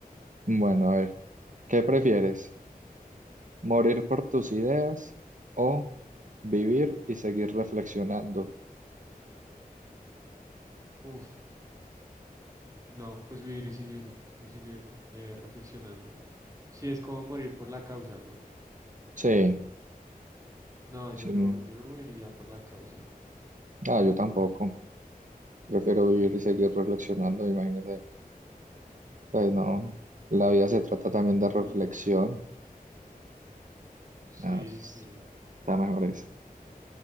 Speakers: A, on the right; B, on the right.
A: bueno, a ver, ¿qué prefieres? ¿Morir por tus ideas o vivir y seguir reflexionando?
B: Uf, No, pues vivir y seguir, y seguir eh, reflexionando. Si es como morir por la causa, ¿no?
A: Sí,
B: No, yo
A: sí.
B: no, yo no moriría por la causa.
A: Ah, yo tampoco. Prefiero vivir y seguir reflexionando, imagínese. Pues no, la vida se trata también de
B: Sí,
A: reflexión.
B: no. Sí,
A: No, es-
B: sí.
A: está mejor eso.